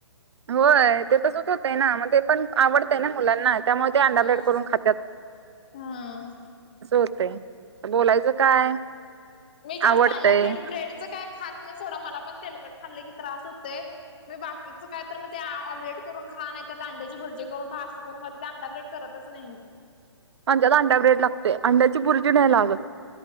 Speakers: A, on the right; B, on the left.
A: होय ते तसंच होत आहे ना मग ते पण आवडतय ना मुलांनाच त्यामुळे ते अंडा
B: हम्म
A: ब्रेड करून खातात
B: हा
A: अस होते तर बोलायचं काय
B: मी जास्त
A: आवडतंय
B: अंडा ब्रेड ब्रेडच काय खात नाही सोडा मला पण तेलकट खाल्ले की त्रास होते मी बाकीचं काय तर मग ते ऑमलेट करून खा नाही तर अंड्याची भुर्जी करून खा असं करून ख अंडा ब्रेड करत कसं नाही
A: म्हणजत अंड्या ब्रेड लागते अंड्याची बुरचीी नाही लागत